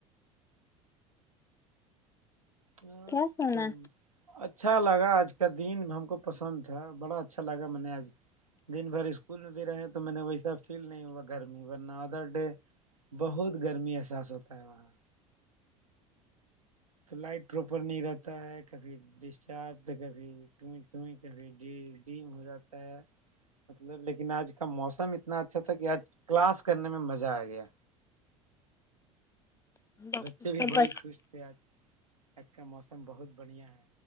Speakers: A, on the right (about 85°); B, on the left (about 15°).
A: ہاں
B: کیا سنا
A: تو اچھا لگا آج کا دن ہم کو پسند تھا بڑا اچھا لگا میں نے آج دن بھر اسکول میں بھی رہے ہیں تو میں نے وہی سب فیل نہیں ہوا گرمی ورنہ ادر ڈے بہت گرمی احساس ہوتا ہے وہاں تو لائٹ پراپر نہیں رہتا ہے کبھی ڈسچارج تو کبھی یں ڈی ڈم ہو جاتا ہے <inaudible> مطلب لیکن آج کا موسم اتنا اچھا تھا کہ آج کلاس کرنے میں مزہ آ گیا
B: ہے
A: بچے بھی
B: سب
A: بڑی خوش تھے آج آج کا موسم بہت بڑھیا ہے